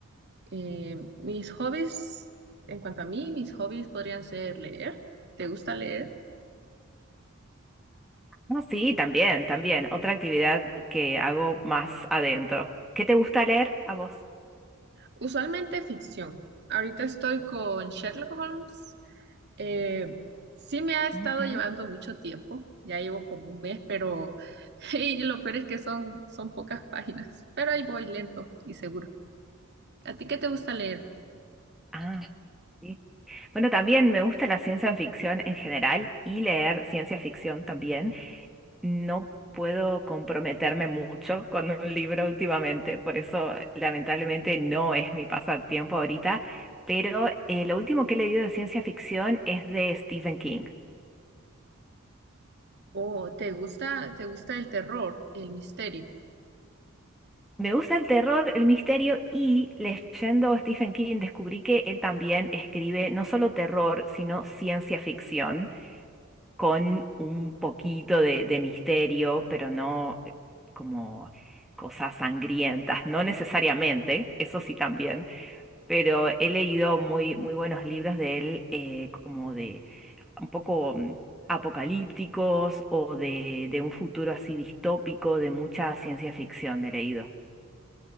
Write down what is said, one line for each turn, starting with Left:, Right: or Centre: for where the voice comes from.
Right: Eh, mis hobbies, en cuanto a mí, mis hobbies podrían ser leer. ¿Te gusta leer?
Centre: Ah, Sí, también, también. Otra actividad que hago más adentro. ¿Qué te gusta leer a vos?
Right: Usualmente ficción. Ahorita estoy con Sherlock Holmes. Eh, sí me ha estado
Centre: Ujú.
Right: llevando mucho tiempo. Ya llevo como un mes, pero <laughs> y lo peor es que son, son pocas páginas. Pero ahí voy lento y seguro. ¿A ti qué te gusta leer?
Centre: Ah, sí. Bueno, también me gusta la ciencia ficción en general y leer ciencia ficción también. No puedo comprometerme mucho con un libro últimamente, por eso lamentablemente no es mi pasatiempo ahorita, pero eh, lo último que he leído de ciencia ficción es de Stephen King.
Right: ¿O te gusta, te gusta el terror, el misterio?
Centre: Me gusta el terror, el misterio y leyendo a Stephen King descubrí que él también escribe no solo terror, sino ciencia ficción con un poquito de, de misterio, pero no eh, como cosas sangrientas, no necesariamente, eso sí también, pero he leído muy, muy buenos libros de él eh, como de un poco mm, apocalípticos o de, de un futuro así distópico, de mucha ciencia ficción he leído.